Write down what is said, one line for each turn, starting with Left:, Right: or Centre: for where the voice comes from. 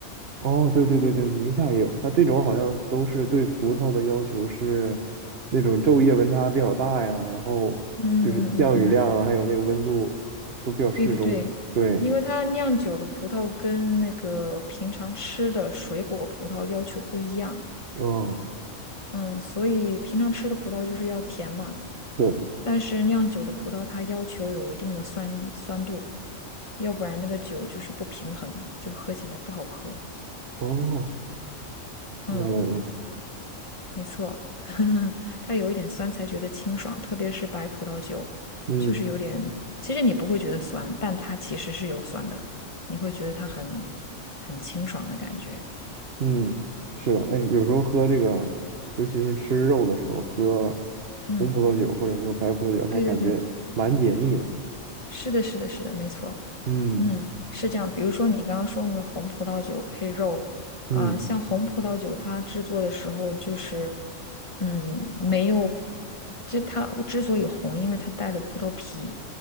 Right: 哦，对对对对，宁夏也有，它这种好像都是对葡萄的要求是那种昼夜温差比较大呀，然后就是降雨量啊，
Left: 嗯嗯嗯嗯，
Right: 还有那个温度都比较适中。
Left: 对对对，
Right: 对，
Left: 因为它酿酒的葡萄跟那个平常吃的水果葡萄要求不一样，
Right: 嗯，
Left: 嗯，所以平常吃的葡萄就是要甜嘛，
Right: 对，
Left: 但是酿酒的葡萄它要求有一定的酸酸度，要不然那个酒就是不平衡，就喝起来不好喝。
Right: 哦，
Left: 嗯。
Right: 原来如此，
Left: 没错，<laughs> 它有一点酸才觉得清爽，特别是白葡萄酒，
Right: 嗯。
Left: 就是有点，其实你不会觉得酸，但它其实是有酸的，你会觉得它很很清爽的感觉。
Right: 嗯，是的，哎，有时候喝这个，尤其是吃肉的时候，喝
Left: 嗯，
Right: 红葡萄酒或者说白葡萄酒，还感觉蛮解腻的。
Left: 对对对，是的，是的，是的，没错，
Right: 嗯
Left: 嗯，是这样。比如说你刚刚说那个红葡萄酒配肉，
Right: 嗯
Left: 啊、像红葡萄酒它制作的时候就是，嗯，没有，就它我之所以红，因为它带了葡萄皮。